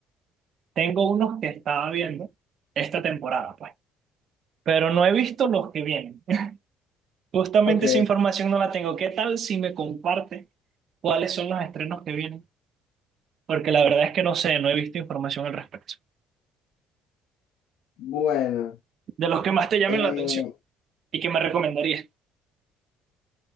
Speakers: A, on the right; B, on the left.
A: tengo unos que estaba viendo esta temporada, pues, pero no he visto los que vienen. <laughs> Justamente
B: Ok,
A: esa información no la tengo. ¿Qué tal si me comparte cuáles son los estrenos que vienen? Porque la verdad es que no sé, no he visto información al respecto.
B: bueno,
A: De los que más te llamen
B: eh,
A: la atención y que me recomendarías.